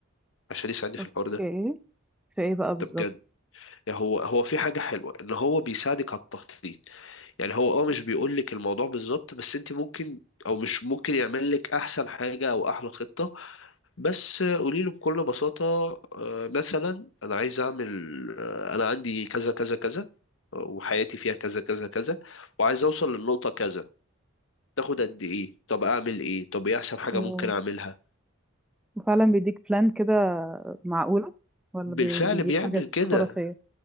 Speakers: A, on the left; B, in the centre.
A: عشان يساعدني في
B: اوكي
A: الحوار ده
B: في ايه بقى بالظبط
A: ده بجد يعني هو هو في حاجة حلوة ان هو بيساعدك على التخطيط يعني هو اه مش بيقول لك الموضوع بالظبط بس انت ممكن او مش ممكن يعمل لك احسن حاجة او احلى خطة بس قولي له بكل بساطة آه، مثلا انا عايز اعمل آه، انا عندي كذا كذا كذا آه، وحياتي فيها كذا كذا كذا وعايز اوصل للنقطة كذا تاخد قد ايه طب اعمل ايه طب ايه احسن حاجة
B: أوه.
A: ممكن اعملها
B: وفعلا بيديك بلان كده معقولة ولا
A: بالفعل
B: بي- بيجيب
A: بيعمل
B: حاجات
A: كده
B: خرافية